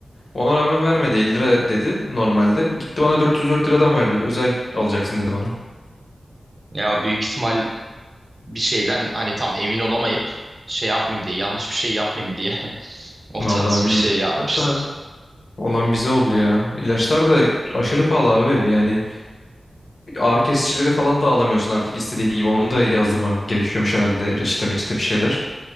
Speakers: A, on the left; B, on the right.
A: Ona rağmen vermedi 50 lira dedi normalde. Gitti bana 404 liradan verdi. Özel alacaksın dedi bana.
B: Ya büyük ihtimal bir şeyden hani tam emin olamayıp şey yapmayayım diye yanlış bir şey yapmayayım diye <laughs> o tarz
A: Vallahi bilmiyorum.
B: bir şey yapmıştır.
A: Hatta olan bize oldu ya. İlaçlar da aşırı pahalı abi yani. Ağrı kesicileri falan da alamıyorsun artık istediğin gibi. Onu da yazdırmam gerekiyormuş herhalde reçete meçete bir şeyler.